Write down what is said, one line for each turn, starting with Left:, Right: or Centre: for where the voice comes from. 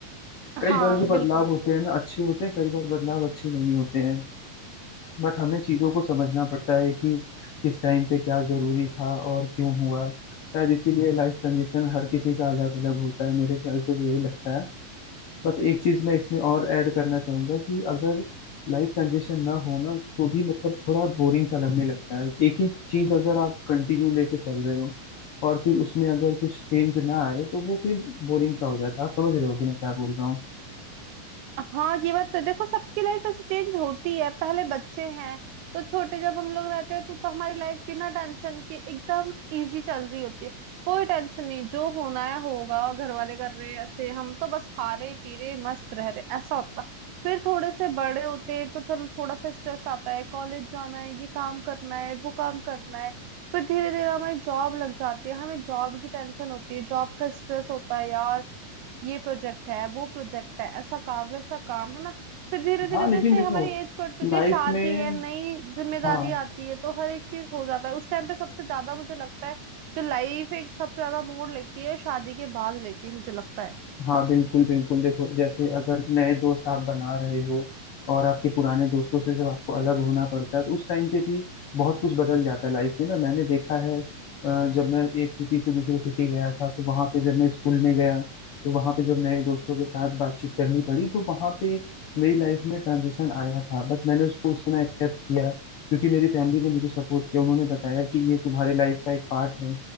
Right: हाँ
Left: कई बार जो बदलाव
Right: बिल्कुल
Left: होते हैं ना अच्छे होते हैं कई बार बदलाव अच्छे नहीं होते हैं बट हमें चीजों को समझना पड़ता है कि किस टाइम पे क्या जरूरी था और क्यों हुआ शायद इसीलिए लाइफ ट्रांजिशन हर किसी का अलग अलग होता है मेरे ख्याल से भी यही लगता है बट एक चीज मैं इसमें और ऐड करना चाहूंगा कि अगर लाइफ ट्रांजिशन ना हो ना तो भी मतलब थोड़ा बोरिंग सा लगने लगता है एक ही चीज अगर आप कंटिन्यू लेके चल रहे हो और फिर उसमें अगर कुछ चेंज ना आए तो वो फिर बोरिंग सा हो जाता है आप समझ रहे होगे मैं क्या बोल रहा हूँ
Right: हाँ ये बात तो देखो सबकी लाइफ ऐसे चेंज होती है पहले बच्चे हैं तो छोटे जब हम लोग रहते हैं तो, तो हमारी लाइफ बिना टेंशन के एकदम इजी चल रही होती है कोई टेंशन नहीं जो होना है होगा घर वाले कर रहे हैं ऐसे हम तो बस खा रहे पी रहे मस्त रह रहे ऐसा होता था फिर थोड़े से बड़े होते हैं, तो चलो थोड़ा सा स्ट्रेस आता है कॉलेज जाना है ये काम करना है वो काम करना है फिर धीरे धीरे हमारी जॉब लग जाती है हमें जॉब की टेंशन होती है जॉब का स्ट्रेस होता है यार ये प्रोजेक्ट है वो प्रोजेक्ट है ऐसा काम वैसा काम है ना फिर धीरे धीरे
Left: हाँ लेकिन
Right: जैसे
Left: देखो
Right: हमारी एज बढ़ती होती
Left: लाइफ
Right: है शादी
Left: में
Right: है नई जिम्मेदारी
Left: हाँ
Right: आती है तो हर एक चीज हो जाता है उस टाइम पे सबसे ज्यादा मुझे लगता है जो लाइफ एक सबसे ज्यादा मोड़ लेती है शादी के बाद लेती है मुझे लगता है
Left: हाँ बिल्कुल बिल्कुल देखो जैसे अगर नए दोस्त आप बना रहे हो और आपके पुराने दोस्तों से जब आपको अलग होना पड़ता है तो उस टाइम पे भी बहुत कुछ बदल जाता है लाइफ में ना मैंने देखा है अ, जब मैं एक सिटी से दूसरे सिटी गया था तो वहाँ पे जब मैं स्कूल में गया तो वहाँ पे जब नए दोस्तों के साथ बातचीत करनी पड़ी तो वहाँ पे मेरी लाइफ में ट्रांजिशन आया था बट मैंने उसको उस समय एक्सेप्ट किया क्योंकि मेरी फैमिली ने मुझे सपोर्ट किया उन्होंने बताया कि ये तुम्हारे लाइफ का एक पार्ट है